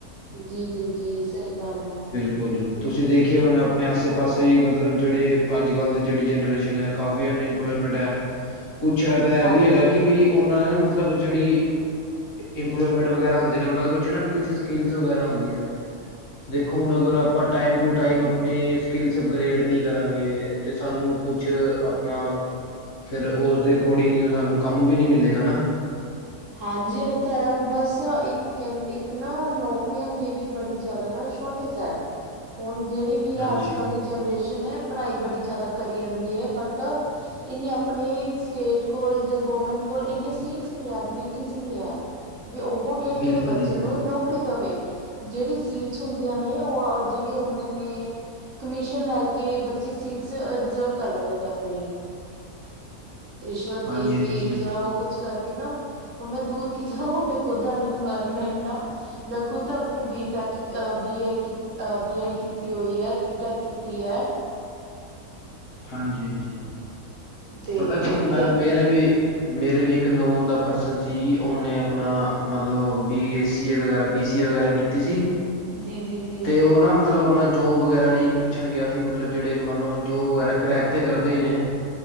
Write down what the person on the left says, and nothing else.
ਬੋਲੋ, ਤੁਸੀਂ ਦੇਖਿਆ ਹੋਨਾ, ਆਪਣੇ ਆਸੇ ਪਾਸੇ ਵੀ ਮਤਲਬ ਜਿਹੜੇ ਅੱਜ ਕੱਲ ਦੇ ਜਿਹੜੀ ਜਨਰੇਸ਼ਨ, ਹੈ। ਕਾਫੀ ਅਨਇੰਪਲੋਇਮੈਂਟ ਹੈ, ਕੁੱਛਦਾ ਇਹ
ਵੀ ਹੈਗਾ ਕਿ, ਬਈ ਉਹਨਾਂ ਨੇ ਨਾ ਮਤਲਬ ਜਿਹੜੀ ਇੰਪਲੋਇਮੈਂਟ ਵਗੈਰਾ ਹੁੰਦੀਨੇ ਉਹਨਾਂ ਦੇ ਕੁਛ ਨਾ ਕੁਛ ਸਕਿਲਸ ਵਗੈਰਾ, ਹੁੰਦੀਆਂ ਦੇਖੋ, ਹੁਣ ਅਗਰ ਆਪਾਂ, ਟਾਈਮ ਟੂ ਟਾਈਮ ਆਪਣੀ, ਸਕਿਲਸ ਅਪਗ੍ਰੇਡ ਨਹੀਂ ਕਰਾਂਗੇ, ਤੇ ਸਾਨੂੰ ਕੁਛ ਆਪਣਾ ਫਿਰ ਉਸਦੇ ਅਕੋਡਿੰਗ ਸਾਨੂੰ ਕੰਮ ਵੀ ਨਈ ਮਿਲੇਗਾ ਨਾ
ਹਾਂਜੀ
ਬਿਲਕੁਲ
ਜੀ ਬਿਲਕੁਲ
ਹਾਂਜੀ
ਹਾਂਜੀ
ਹਾਂਜੀ-ਹਾਂਜੀ
ਪਤਾ ਕੀ
ਮੈਂ
ਮੇਰੇ, ਵੀ ਮੇਰੇ ਵੀ, ਇੱਕ ਨੌਨ ਦਾ ਪਰਸਨ ਸੀ, ਉਹਨੇ ਆਪਣਾ ਮਤਲਬ ਬੀ, ਐਸ, ਸੀ ਵਗੈਰਾ ਬੀ, ਸੀਏ, ਵਗੈਰਾ ਕੀਤੀ ਸੀ,
ਤੇ ਉਹ ਨਾ ਮਤਲਬ ਆਪਣਾ ਜੋਬ ਵਗੈਰਾ, ਲਈ ਪੁੱਛਣ ਗਿਆ ਸੀ। ਮਤਲਬ ਜਿਹੜੇ ਮੰਨ ਲ ਜੋ ਵਗੈਰਾ ਕਰੈਕ ਤੇ ਕਰਦੇ ਨੇ,